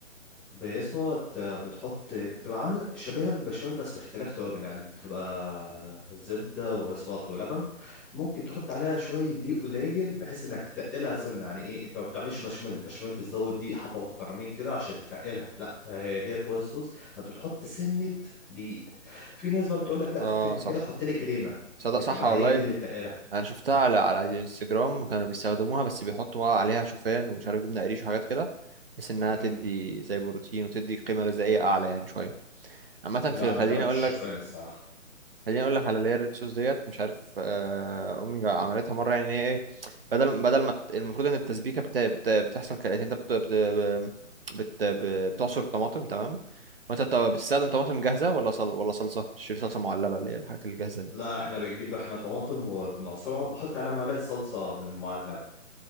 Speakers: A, in the centre; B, on the right.
A: باسمه بت- بتحط بتبقى عامل شبيهة بالبشاميل بس باختلاف توابل يعني بتبقى زبدة واسماط ولبن ممكن تحط عليها شوية دقيق قليل بحيث انك تتقلها سنة يعني ايه انت ما بتعملش بشاميل البشاميل بتزود دقيق حبة محترمين كده عشان تتقلها لا هي ديت وايت صوص ما انت بتحط سنة دقيق في ناس بقى بتقول لك لا
B: اه
A: فكك
B: صح
A: من كده وحط لي كريمة
B: صدق
A: بتبقى
B: صح والله
A: هي دي اللي تقلها
B: انا شفتها على على الانستجرام كانوا بيستخدموها بس بيحطوا عليها شوفان ومش عارف جبنه قريش وحاجات كده بحيث انها
A: امم
B: تدي زي بروتين وتدي قيمه غذائيه اعلى يعني شويه عامه
A: لا
B: في
A: انا
B: خليني
A: ما جربتش
B: اقول
A: الشوفان
B: لك
A: الصراحة
B: خليني اقول لك على اللي هي الريد صوص ديت مش عارف آه، امي عملتها مره يعني ان هي ايه بدل بدل ما الت- المفروض ان التسبيكه بت... بت... بتحصل كالاتي انت بت... بت... بت... بت- بتعصر الطماطم تمام وانت بت- بتستخدم طماطم جاهزه ولا صل... ولا صلصه تشتري صلصه معلبه اللي هي الحاجات الجاهزه دي
A: لا احنا بنجيب احنا طماطم وبنعصرها وبحط عليها معلقة صلصة من المعلبة